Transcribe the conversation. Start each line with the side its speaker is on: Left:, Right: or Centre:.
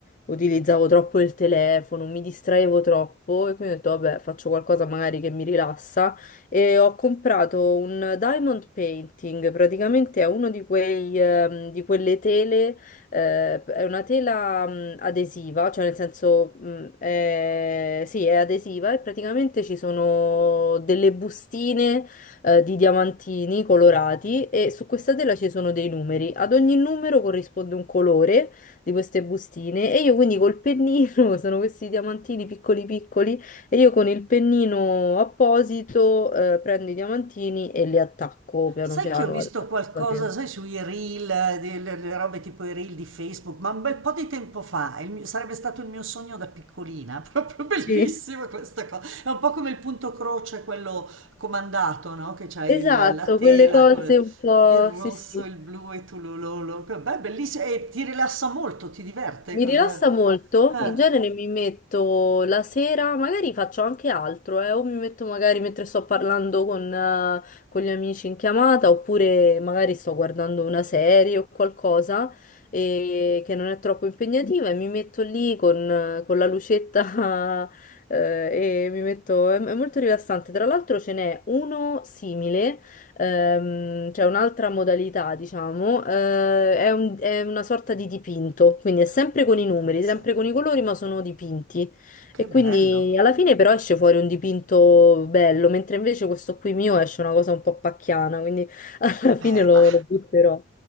Left: utilizzavo troppo il telefono, mi distraevo troppo e quindi ho detto, vabbè, faccio qualcosa magari che mi rilassa e ho comprato un diamond painting, praticamente è uno di quei, ehm, di quelle tele, eh, è una tela, mh, adesiva, cioè nel senso, mh, è- sì, è adesiva e praticamente ci sono delle bustine eh, di diamantini colorati e su questa tela ci sono dei numeri. Ad ogni numero corrisponde un colore di queste bustine e io quindi col pennino, <laughs> sono questi diamantini piccoli piccoli, e io con il pennino apposito eh, prendo i diamantini e li attacco piano
Right: Sai
Left: piano
Right: che ho visto
Left: al al
Right: qualcosa,
Left: catene.
Right: sai, sui reel, eh, delle le robe tipo i reel di Facebook, ma un bel po' di tempo fa, il mio- sarebbe stato il mio sogno da piccolina, <laughs> proprio bellissimo
Left: Sì,
Right: questa cosa. È un po' come il punto croce, quello comandato, no? Che c'hai
Left: esatto,
Right: il- la tela
Left: quelle cose
Right: con
Left: un po',
Right: il rosso,
Left: sì sì.
Right: il blu e tu lo lo lo. Beh, bellissimo, e ti rilassa molto, ti diverte,
Left: Mi
Right: cosa...
Left: rilassa molto,
Right: Eh,
Left: in genere mi metto la sera, magari faccio anche altro, eh, o mi metto magari mentre sto parlando con, eh, con gli amici in chiamata, oppure magari sto guardando una serie o qualcosa eh, che non è troppo impegnativa e mi metto lì con, eh, con la lucetta <laughs> eh, e mi metto... È, è molto rilassante. Tra l'altro ce n'è uno simile Ehm, c'è un'altra modalità, diciamo, eh, è un- è una sorta di dipinto, quindi è sempre con i numeri,
Right: sai,
Left: sempre con i colori, ma sono dipinti.
Right: che
Left: E
Right: bello.
Left: quindi alla fine però esce fuori un dipinto bello, mentre invece questo qui mio esce una cosa un po' pacchiana, quindi <laughs>
Right: Vabbè,
Left: alla fine lo,
Right: ma
Left: lo butterò.